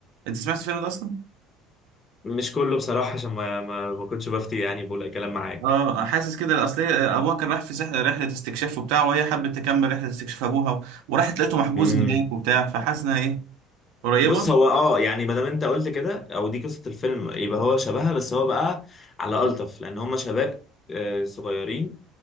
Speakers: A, on the right; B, on the left.
A: انت سمعت الفيلم ده اصلا
B: مش كله بصراحة عشان ما ما ما كنتش بفتي يعني بقول كلام معاك
A: اه آه، حاسس كده اصل هي آه، ابوها كان راح في سح- رحله استكشاف وبتاع وهي حبت تكمل رحله استكشاف ابوها و... وراحت لقيته محجوز
B: مم.
A: هناك وبتاع فحاسس انها ايه قريبه
B: بص هو اه يعني ما دام انت قلت كده او دي قصه الفيلم يبقى هو شبهها بس هو بقى على الطف لان هم شباب آه، صغيرين